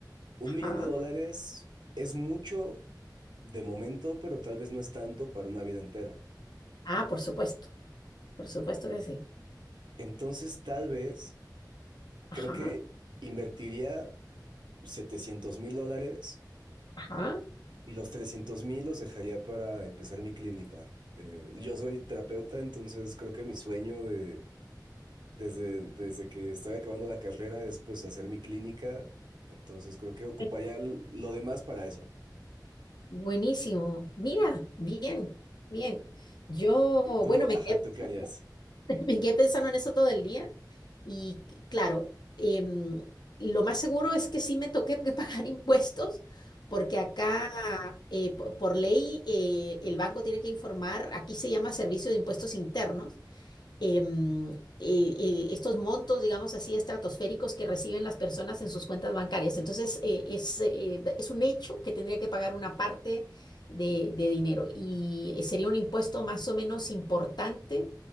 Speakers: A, on the right; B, on the left.
A: un millón
B: ajá.
A: de dólares es mucho de momento, pero tal vez no es tanto para una vida entera.
B: Ah, por supuesto, por supuesto que sí.
A: Entonces, tal vez, creo
B: Ajá,
A: que invertiría setecientos mil dólares
B: ajá.
A: y los trescientos mil los dejaría para empezar mi clínica. Eh, yo soy terapeuta, entonces creo que mi sueño de Desde, desde que estoy acabando la carrera es pues hacer mi clínica, entonces creo que ocuparía
B: Eh,
A: l- lo demás para eso.
B: Buenísimo. Mira, bien, bien. Yo,
A: ¿Y tú?
B: bueno, me
A: Ajá,
B: quedé
A: ¿tú qué harías?
B: <laughs> Me quedé pensando en eso todo el día y c- claro, em, lo más seguro es que sí me toque que pagar <laughs> impuestos porque acá eh, po- por, ley eh, el banco tiene que informar, aquí se llama Servicio de Impuestos Internos, em, eh, eh, estos montos, digamos así, estratosféricos que reciben las personas en sus cuentas bancarias. Entonces, eh, es, eh, es un hecho que tendría que pagar una parte de, de dinero y eh, sería un impuesto más o menos importante